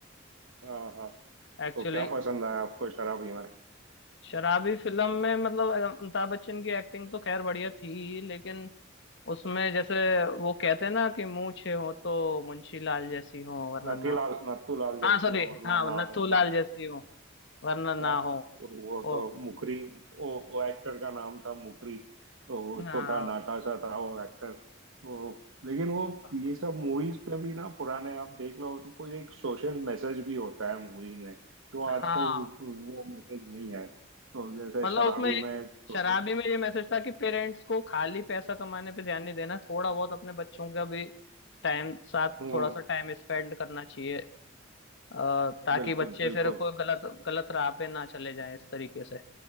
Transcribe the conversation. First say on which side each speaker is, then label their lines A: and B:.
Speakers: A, on the right; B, on the left.
A: हाँ हाँ
B: एक्चुअली
A: तो क्या पसंद है आपको शराबी में
B: शराबी फिल्म में मतलब अ, अमिताभ बच्चन की एक्टिंग तो खैर बढ़िया थी ही, लेकिन उसमें जैसे वो कहते हैं ना कि मूछें हो तो मुंशी लाल जैसी हो वरना
A: नथीलाल
B: ना हो
A: नथुलाल जैसी
B: हाँ सॉरी
A: हो वरना
B: हाँ
A: ना
B: नथु
A: हो
B: लाल जैसी हो वरना ना
A: हाँ
B: हो
A: हाँ तो वो
B: ओ
A: तो मुकरी वो वो एक्टर का नाम था मुकरी तो
B: हाँ
A: छोटा नाटा सा था वो एक्टर वो लेकिन वो
B: हाँ
A: ये सब मूवीज पे भी ना पुराने आप देख लो तो कोई एक सोशल मैसेज भी होता है मूवी में जो आजकल
B: हाँ
A: वो मैसेज नहीं है तो जैसे
B: मतलब
A: शराबी
B: उसमें
A: में सोशल
B: शराबी में ये मैसेज था कि पेरेंट्स को खाली पैसा कमाने पे ध्यान नहीं देना थोड़ा बहुत अपने बच्चों का भी टाइम साथ
A: हम्म
B: थोड़ा सा टाइम स्पेंड करना चाहिए अ, ताकि
A: बिल्कुल
B: बच्चे
A: बिल्कुल
B: फिर कोई गलत गलत राह पे ना चले जाएं इस तरीके से